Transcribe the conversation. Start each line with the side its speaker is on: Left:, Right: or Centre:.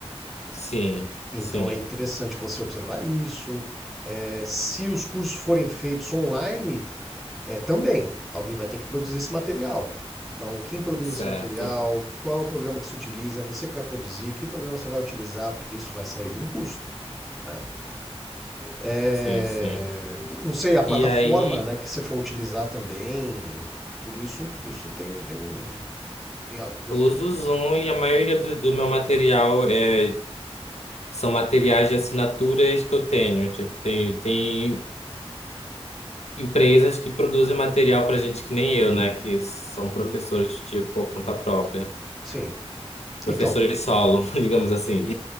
Left: Sim,
Centre: Então
Left: sim,
Centre: é interessante você observar isso. É, se os cursos forem feitos online, é, também, alguém vai ter que produzir esse material. Então, quem produz
Left: certo.
Centre: esse material, qual é o programa que se utiliza, é você que vai produzir, que programa você vai utilizar, porque isso vai sair de um custo, né? É,
Left: Sim, sim.
Centre: não sei, a plataforma,
Left: E aí,
Centre: né, que você for utilizar também, tudo isso, tudo isso tem, tem um, tem a- coisa
Left: uso
Centre: implicância.
Left: o Zoom e a maioria do, do meu material é, são materiais de assinaturas que eu tenho. Tipo, tem, tem empresas que produzem material pra gente que nem eu, né? Que são professores, tipo, por conta própria.
Centre: Sim.
Left: Professores
Centre: Então,
Left: solo, <laughs> digamos assim.